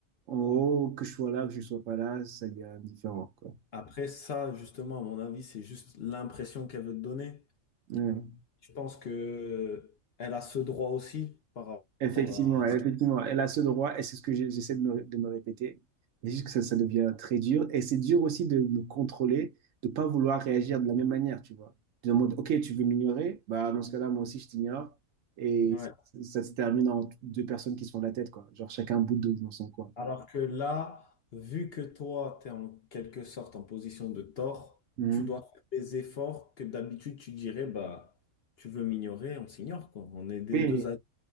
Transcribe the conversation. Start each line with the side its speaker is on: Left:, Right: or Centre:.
Right: en gros, que je sois là, que je sois pas là, ça devient indifférent, quoi.
Left: Après ça, justement, à mon avis, c'est juste l'impression qu'elle veut te donner.
Right: Ouais.
Left: Je pense que euh, elle a ce droit aussi par
Right: Effectivement,
Left: rapport à
Right: elle-
Left: ce qui...
Right: effectivement, elle a ce droit et c'est ce que j'ai- j'essaie de me, de me répéter. Mais juste que ça, ça devient très dur et c'est dur aussi de me contrôler, de pas vouloir réagir de la même manière, tu vois. De mode, ok, tu veux m'ignorer, bah dans ce cas-là, moi aussi je t'ignore et
Left: Ouais.
Right: ça, ça se termine en deux personnes qui se font la tête, quoi. Genre chacun bout de dans son coin.
Left: Alors que là, vu que toi, tu es en quelque sorte en position de tort,
Right: Mhm.
Left: tu dois faire des efforts que d'habitude tu dirais, bah, tu veux m'ignorer, on s'ignore, quoi. On est des
Right: Oui,
Left: deux adultes,